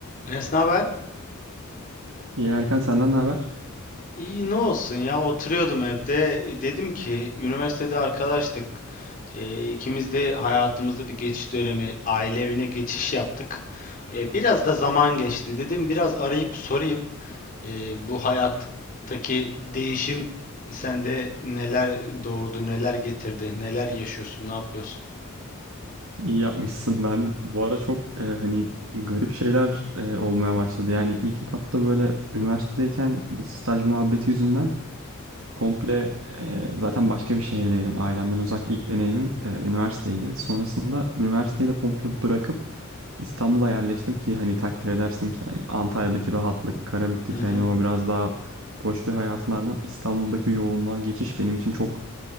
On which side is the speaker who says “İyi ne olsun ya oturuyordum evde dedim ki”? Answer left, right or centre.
Left